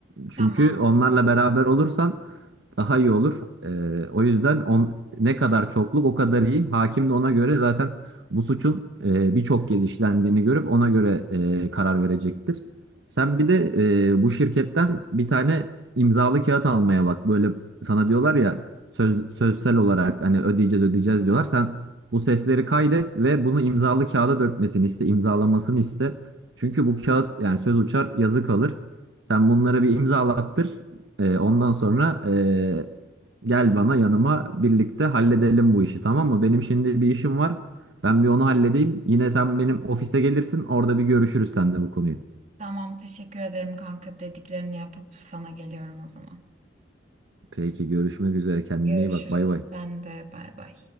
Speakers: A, on the right (about 65°); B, on the right (about 35°).
A: Çünkü
B: Tamam.
A: onlarla beraber olursan daha iyi olur. Ee, o yüzden on, ne kadar çokluk o kadar iyi. Hakim de ona göre zaten bu suçun e, birçok kez işlendiğini görüp ona göre e, karar verecektir. Sen bir de e, bu şirketten bir tane imzalı kağıt almaya bak. Böyle sana diyorlar ya söz, sözsel olarak hani ödeyeceğiz ödeyeceğiz diyorlar. Sen bu sesleri kaydet ve bunu imzalı kağıda dökmesini iste, imzalamasını iste. Çünkü bu kağıt yani söz uçar yazı kalır. Sen bunları bir imzalattır. Ee, ondan sonra ee, gel bana yanıma birlikte halledelim bu işi tamam mı? Benim şimdi bir işim var. Ben bir onu halledeyim. Yine sen benim ofise gelirsin. Orada bir görüşürüz seninle bu konuyu.
B: Tamam, teşekkür ederim kanka. Dediklerini yapıp sana geliyorum o zaman.
A: Peki görüşmek üzere. Kendine
B: Görüşürüz.
A: iyi bak. Bay bay.
B: Sen de bay bay.